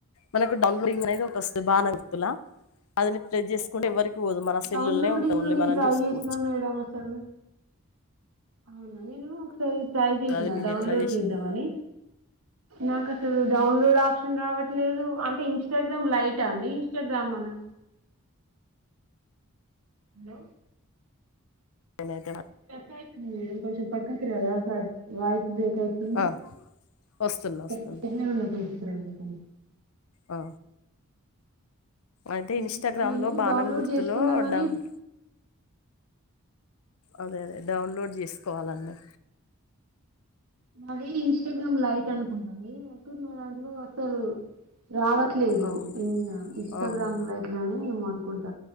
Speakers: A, on the left; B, on the right.
A: మనకు డౌన్లోడింగ్ అనేది ఒక వస్తుంది భాను గుర్తుల దానిని ప్రెస్ చేసుకుంటే ఎవరికి పోదు మన సెల్లుల్నే
B: డౌన్లోడింగ్
A: ఉంటది ఓన్లీ
B: లో నేను
A: మనం
B: ట్రై
A: చూసుకోవచ్చు
B: చేసినా మేడం అసలు అవునా నేను ఒకసారి ట్రై చేసిన
A: అది మీరు
B: డౌన్లోడ్
A: ఎట్లా చేసిల్లు
B: చేద్దామ అని నాకు అసలు డౌన్లోడ్ ఆప్షన్ రావట్లేదు అంటే ఇన్స్టాగ్రామ్ లైట్ అండి ఇన్స్టాగ్రామ్ అనా హలో
A: నేనైతే
B: స్ట్రక్ అవుతుంది వాయిస్ మేడం కొంచెం పక్కకు రారా బ్రేకాతు
A: ఆ వస్తున్నా
B: ట
A: వస్తున్నా
B: టెక్నవ లో పైస క
A: ఆ అయితే
B: ఇ
A: ఇన్స్టాగ్రామ్
B: నేను
A: లో బాణం
B: డౌన్లోడ్
A: గుర్తులో
B: చేసుకుందామని
A: డౌన్ అదే అదే డౌన్లోడ్ చేసుకోవాలన్నీ
B: నాదే ఇన్స్టాగ్రామ్ లైట్ అనుకుంటాంది అయితే మా దాంట్లో అసలు రావట్లేదు
A: అవును
B: ఇన్ ఇన్స్టాగ్రామ్
A: అవునా
B: లైట్ లో ఈ మ నుకుంట